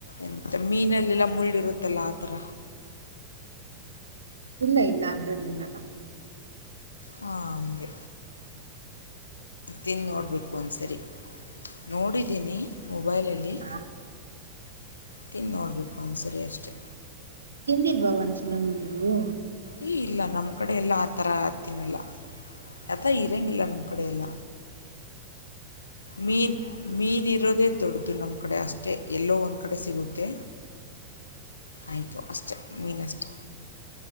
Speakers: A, on the left; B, on the right.
A: ಎಂತ ಮೀನಲ್ಲೆಲ್ಲ ಮುಳ್ಳಿರುತ್ತಲ್ಲ ಆ ತರ
B: ಇಲ್ಲ ಇಲ್ಲ ಅದ್ರಲ್ಲಿ ಇರಲ್ಲ
A: ಹಾ ಅಂಗೆ ತಿಂದ್ ನೋಡ್ಬೇಕು ಒಂದ್ಸರಿ ನೋಡಿದಿನಿ ಮೊಬೈಲಲ್ಲಿ
B: ಹಾ
A: ತಿಂದ್ ನೋಡ್ಬೇಕು ಒಂದ್ಸರಿ ಅಷ್ಟೆ
B: ತಿಂದಿಲ್ವಾ ಒಂದ್ಸಲನು ನೀವು
A: ಏ ಇಲ್ಲ ನಮ್ ಕಡೆ ಎಲ್ಲ ಆ ತರ ತಿನ್ನಲ್ಲ ಯಲ ಇರಂಗಿಲ್ಲ ನಮ್ ಕಡೆ ಎಲ್ಲ ಮೀನ್ ಮೀನ್ ಇರೋದೇ ದೊಡ್ದು ನಮ್ ಕಡೆ ಅಷ್ಟೆ ಎಲ್ಲೋ ಒಂದ್ ಕಡೆ ಸಿಗುತ್ತೆ ಆಯ್ತು ಅಷ್ಟೆ ಮೀನಷ್ಟೆ